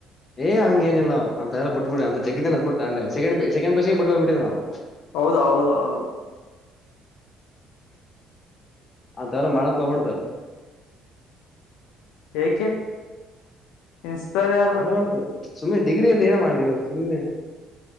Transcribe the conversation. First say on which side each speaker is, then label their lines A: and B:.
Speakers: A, on the left; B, on the left.
A: ಏ ಹಂಗೇನಿಲ್ಲ ನಾವು ಅಂತವೆಲ್ಲ ಬುಟ್ಟುಬುಟ್ವಿ, ಅಂತ ಜಗ್ಗಿ ದಿನ ಆಯ್ತು ಬುಟ್ಟು ಆಗ್ಲೇ second, second P U C ಗೆ ಬುಟ್ ಬಂದ್ಭುಟ್ವಿ ನಾವು.
B: ಹೌದೌ ಹೌದ ಹೌದು.
A: ಅಂತವೆಲ್ಲ ಮಾಡೋಕೋಗ್ಬಾಡ್ದು.
B: ಏಕೆ. ಇನ್ಸ್ಪೈರ್ ಯಾರ್.
A: ಮಾಡ್ಬಾರ್ದು ಸುಮ್ಮನೆ ಡಿಗ್ರಿಯಲ್ಲಿ ಏನ್ ಮಾಡಿದ್ವಿ ಸುಮ್ಮನೆ.